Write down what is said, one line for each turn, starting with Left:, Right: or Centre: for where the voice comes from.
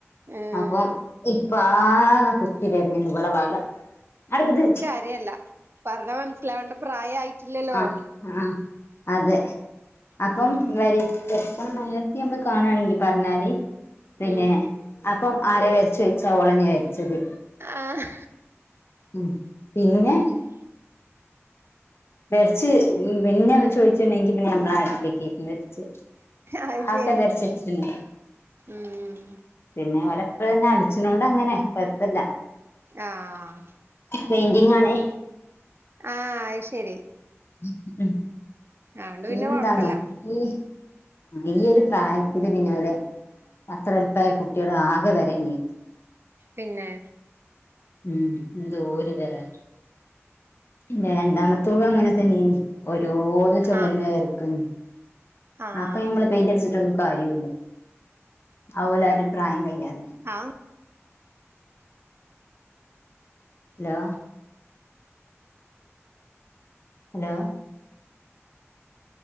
Right: ഉം
Left: അപ്പൊ ഇപ്പ ആകെ കുത്തി വലഞ്ഞ് ണ് ഓളെ വക അടുത്തത്
Right: തേ അല്ല പറഞ്ഞ മനസ്സിലാവേണ്ട പ്രായായിട്ടില്ലല്ലോ
Left: ആഹ് ആഹ് അതെ അപ്പം
Right: ഉം
Left: വരി എപ്പം നേരത്തി നമ്മള് കാണുവാണെങ്കി പറഞ്ഞാൽ പിന്നെ
Right: ഉം
Left: അപ്പം ആരെ വരച്ചേ ചോദിച്ചാ ഓളന്നയാ വരച്ചത്
Right: ആഹ്
Left: ഉം പിന്നെ
Right: ഉം
Left: വെരച്ച് പിന്നെ ചോദിച്ചുണ്ടെങ്കി പിന്നെ ഞമ്മളാ രെങ്കിലും ആ വരച്ചേ
Right: അത്
Left: ആകെ
Right: ശരി
Left: വരച്ച് വെച്ചിട്ട്
Right: ഉം
Left: പിന്നെ ഓലപ്പ‌ തന്നെ അടിച്ചിനോണ്ട് അങ്ങനെ കൊഴപ്പല്ല
Right: ആഹ്
Left: പെയിന്റിംഗ് ആണെ
Right: ആഹ് അഹ് ശരി
Left: ഉ ഉം
Right: അതോണ്ട്
Left: പിന്നെന്താന്നോ
Right: പിന്നെ കൊഴപ്പല്ല
Left: ഈ ഈ ഒരു പ്രായത്തില് പിന്നെ ഓലെ അത്ര എല്പായ കുട്വാൾ ആകെ വരെ ന്നെ
Right: പിന്നെ
Left: ഉം എന്ത ഊര് തരാ പിന്നെ രണ്ടാമത്തതും അങ്ങനെ തന്നെയാണ് ഓരോന്ന് ചൊമരുമ്മേ
Right: ആഹ്
Left: വരക്കും
Right: ആഹ്
Left: അപ്പൊ ഞമ്മള് പെയിന്റ് അടിച്ചിട്ടൊന്നും കാര്യമില്ല അ ഓലെ ഒരു പ്രായം കഴിയാതെ
Right: ആ
Left: ഹലോ ഹലോ